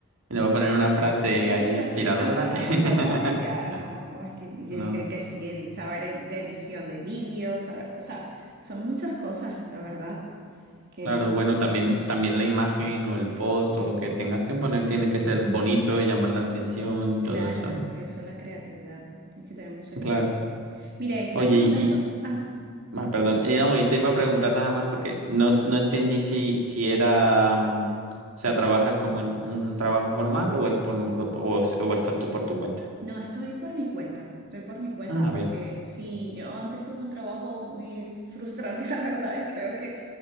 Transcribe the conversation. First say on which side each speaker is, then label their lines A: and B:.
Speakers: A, on the right (about 70°); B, on the right (about 45°).
A: Y Le voy a poner una frase
B: Una
A: ahí
B: frase,
A: inspiradora.
B: ajá,
A: <laughs>
B: inspiradora, y ya, no, no, es que tienes
A: No,
B: que, que sí, edi- saber e- de edición de vídeos, saber, o sea, son muchas cosas, la verdad, que
A: claro,
B: la gente
A: bueno,
B: cree.
A: también, también la imagen o el post o lo que tengas que poner tiene que ser bonito y llamar la atención y
B: Claro,
A: todo eso, ¿no?
B: por eso la creatividad, tienes que tener mucha creatividad.
A: Claro.
B: Mire, estamos
A: Oye, y,
B: hablando,
A: y-
B: ah,
A: ah, perdón, y, no, y te iba a preguntar nada más porque no, no entendí si, si era, mm, o sea, ¿trabajas como en un trabajo formal o es por, mo- o, o estás tú por tu cuenta?
B: no, estoy por mi cuenta, estoy por mi cuenta
A: Ah,
B: porque
A: bien,
B: sí, yo antes tuve un trabajo muy frustrante, <laughs> la verdad, y creo que